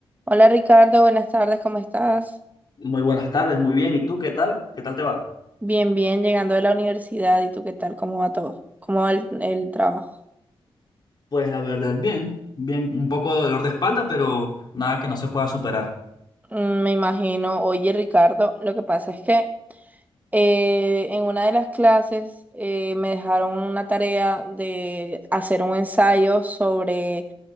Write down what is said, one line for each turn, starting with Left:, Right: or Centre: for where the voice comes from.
Right: Hola Ricardo, buenas tardes, ¿cómo estás?
Left: Muy buenas tardes, muy bien. ¿Y tú qué tal? ¿Qué tal te va?
Right: Bien, bien, llegando de la universidad. ¿Y tú qué tal? ¿Cómo va todo? ¿Cómo va el, el trabajo?
Left: Pues la verdad, bien, bien, un poco de dolor de espalda, pero nada que no se pueda superar.
Right: Mm, Me imagino. Oye Ricardo, lo que pasa es que eh, en una de las clases eh, me dejaron una tarea de hacer un ensayo sobre